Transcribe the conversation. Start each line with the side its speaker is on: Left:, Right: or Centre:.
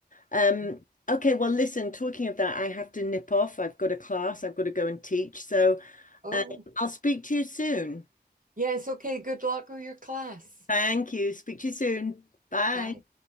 Left: Um,
Right: <laughs>
Left: okay, well, listen, talking of that, I have to nip off. I've got a class, I've got to go and teach. So,
Right: Oh,
Left: um, I'll speak to you soon.
Right: yes, okay, good luck with your class.
Left: Thank you. Speak to you soon. Bye.
Right: Bye.